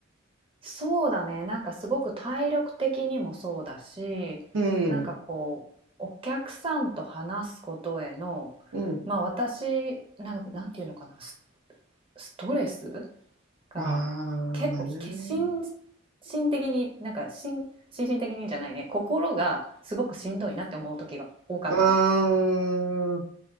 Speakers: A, on the right; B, on the right.
A: そうだね、なんかすごく体力的にもそうだし、
B: うん、
A: なんかこう、お客さんと話すことへの、
B: うん。
A: まあ私、なんか、なんていうのかな、ス、ストレスが結構、
B: ああ、まあね。
A: け心身的に、なんか心、心身的にじゃないね、心がすごくしんどいなって思う時が多かったの。
B: うーん、